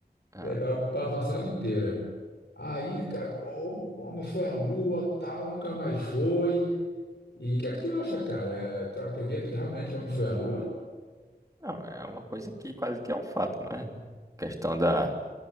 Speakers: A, on the right (about 20°); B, on the left (about 90°).
A: ah.
B: Legal, ocupava uma sala inteira. Aí, cara, pô, o homem foi à lua, tal, nunca mais foi. E o que é que tu acha, cara? Eh, Tu acredita que realmente o homem foi à lua?
A: Não, é uma coisa que quase que é um fato, né? Questão da,